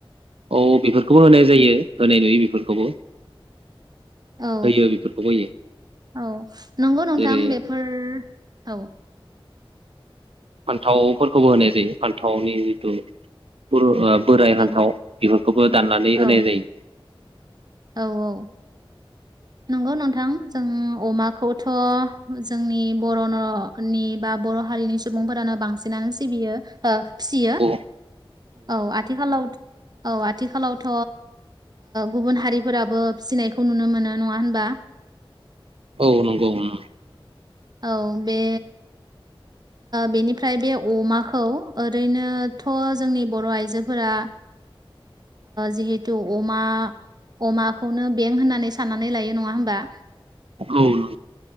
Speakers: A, on the right (about 80°); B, on the right (about 45°).
A: औ बेफोरखौबो होनाय जायो होनाय जायो बेफोरखौबो
B: औ
A: होयो बेफोरखौबो होयो
B: औ नंगौ नोंथां
A: जेरै
B: बेफोर औ
A: फान्थावफोरखौबो होनाय जायो फान्थावनि जिथु ओ बोराय
B: बिगुर
A: हान्थाव बेफोरखौबो दाननानै
B: औ
A: होनाय जायो
B: औ औ नंगौ नोंथां जों अमा खौथ' जोंनि बर' न' नि बा बर' हारिनि सु बुंफोरानो बांसिनानो सिबियो ओ फियो
A: औ
B: औ आथिखालाव औ आथिखालावथ गुबुन हारि फोराबो फिसिनायखौ नुनो मोनो नङा होनबा
A: औ नंगौ ओम
B: औ बे बेनिफ्राय बे अमाखौ ओरैनोथ जोंनि बर' आइजोफोरा जिहेथु अमा अमाखौनो बें होननानै साननानै लायो नङा होमबा
A: औ नंगौ